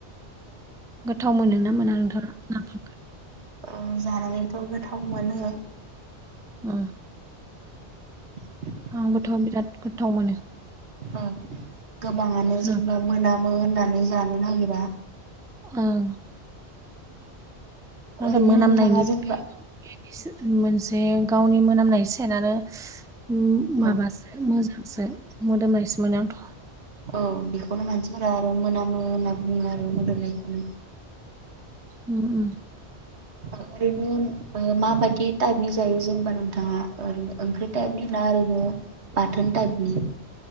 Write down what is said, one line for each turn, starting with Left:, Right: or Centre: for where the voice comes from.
Centre: गोथाव मोनो ना मोना नोंथाङा नाफाम?
Right: अ जानानैथ' गोथाव मोनो
Centre: उम
Right: <inaudible>
Centre: आंबोथ' बिराद गोथाव मोनो
Right: ओ गोबाङानो
Centre: नाफाम
Right: जेनेबा मोनामो होननानै जानो नागिरा
Centre: ओं नाथाय
Right: ओरैनो
Centre: मोनामनायनिबो
Right: नोंथाङा जेनेबा
Centre: बे मोनसे गावनि मोनामनाय सेनानो उम माबासो
Right: औ
Centre: मोजांसो मोदोमनायसो मोनो आंथ'
Right: औ बेखौनो मानसिफोरा आरो मोनामो होनना बुङो आरो मोदोमनायखौनो
Centre: उम उम
Right: ओरैनो माबायदि टाइपनि जायो जेनबा नोंथाङा ओरैनो ओंख्रि टाइपनि ना ओरैनो बाथोन टाइपनि